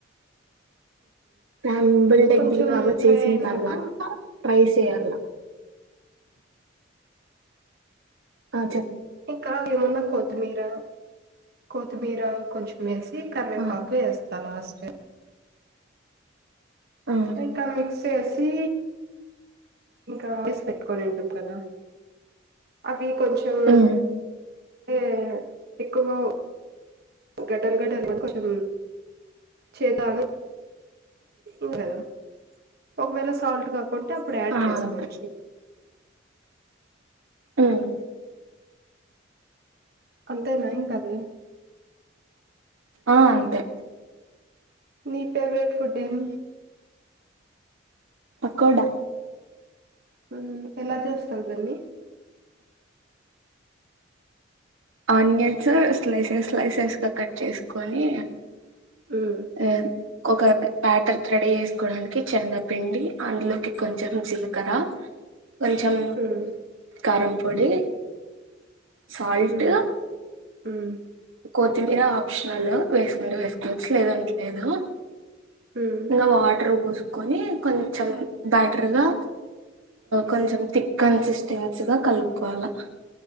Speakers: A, on the right; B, on the right.
A: ఉమ్ బుల్డెగ్లాగా
B: కొంచెం ఫ్రై
A: చేసిన
B: అయినాక
A: తర్వాత రైస్ యేయ్యాల. ఆహ్
B: ఇంకా నీ మొన్న కోత్ కొత్తిమీర కొత్తిమీర కొంచెం వేస్ కరివేపాకు
A: ఆ
B: వేస్ తలాస్టే
A: ఆ
B: ఎంకల విక్స్ పెట్టేసి ఇంకా ఏసి పెట్టుకొని ఉంటాం కదా. అవి కొంచెం
A: హ్మ్
B: అంటే ఎక్కువొ గడ్డలు గడ్డలు కొంచెం చేతో అని ఇంకదా ఒకవేళ సాల్ట్ కాక కొంటే అప్పుడు యాడ్
A: ఆ
B: చేసుకోవచ్చు.
A: అంతే. ఆహ్
B: అంతేన ఇంకా అది.
A: ఆహ్ అంతే.
B: నీ ఫేవరెట్ ఫుడ్ ఏమి.
A: పకోడా
B: ఉమ్ ఎలా చేస్తారు దాన్ని.
A: ఆనియన్స్ స్లైసెస్ స్లైసెస్ గా కట్ చేసుకొని.
B: ఉమ్
A: ఏ ఒక ప్యాటర్ రెడీ చేసుకోడానికి శనగపిండి అందులోకి కొంచెం జీలకర్ర కొంచెం
B: ఉమ్
A: కారంపొడి సల్ట్
B: ఉమ్ ఉమ్
A: కొత్తిమీర ఆప్షనల్ వేసుకుంటే వేసుకోవచ్చు లేదంటలేదు
B: ఉమ్.
A: ఇంకా వాటర్ పోసుక్ ని కొంచెం బ్యాటర్గా కొంచెం థిక్ కన్సిస్టెన్సీగా కలుపుకోవాలి